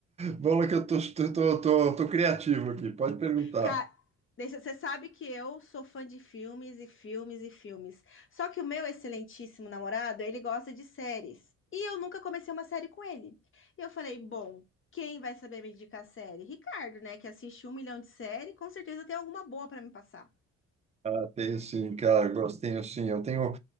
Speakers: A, on the right (about 20°); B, on the left (about 40°).
A: vamos lá que eu tô, tô, tô, tô, tô criativo aqui. Pode perguntar.
B: Cara, deixa, você sabe que eu sou fã de filmes e filmes e filmes. Só que o meu excelentíssimo namorado, ele gosta de séries. E eu nunca comecei uma série com ele. E eu falei, bom, quem vai saber me indicar série? Ricardo, né, que assiste um milhão de séries, com certeza tem alguma boa pra me passar.
A: Ah, tenho sim, cara. Gosto, tenho sim. Eu tenho,